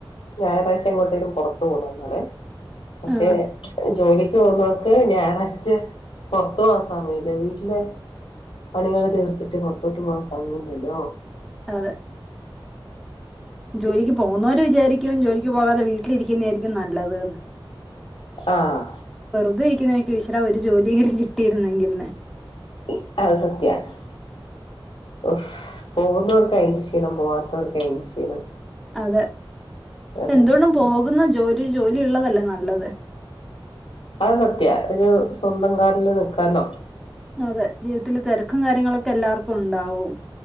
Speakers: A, on the left; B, in the centre.
A: ഞായറായഴ്‌ച്ച എങ്ങോട്ടേലും പോറത്ത് പോണോന്ന് ആണ് പക്ഷെ
B: ആ
A: ജോലി ക്ക് പോന്നോർക്ക് ഞായറാഴ്ച്ച പോറത്ത് പോവാൻ സമയല്ലാ വീട്ടിലെ പണികൾ തീർത്തിട്ട് പോർത്തൊട്ട് പോവൻ സമയല്ലല്ലോ
B: അതെ ജോലിക്ക് പോകുന്നോര് വിചാരിക്കും ജോലിക്ക് പോകാതെ വീ വീട്ടിൽഇരിക്കുന്നെ ആയിരിക്കും നല്ലത് ന്ന്
A: ആഹ്
B: വെറുതെ ഇരിക്കുമ്പം ഇക്കും ഈശ്വര ഒരു ജോലിയെങ്കിലും കി ട്ടിര്ന്നെങ്കിൽന്ന്
A: ഈ അത് സത്യണ് ഓഹ് പോകുന്നവർക്ക് അയിന്റെ ക്ഷീണം പോവാത്തവർക്ക് അയിന്റെ ക്ഷീണം
B: അതെ
A: അതാ
B: എന്തുകൊണ്ടും
A: പ്രശ്നം
B: പോകുന്ന ജോലി ഒരു ജോലി ഉള്ളതല്ലേ നല്ലത്
A: അത് സത്യാ ഒരു സ്വന്തം കാലില് നിക്കാലോ
B: അതെ ജീവിതത്തില് തിരക്കും കാര്യങ്ങളൊക്കെ എല്ലാവർക്കും ഉണ്ടാവും.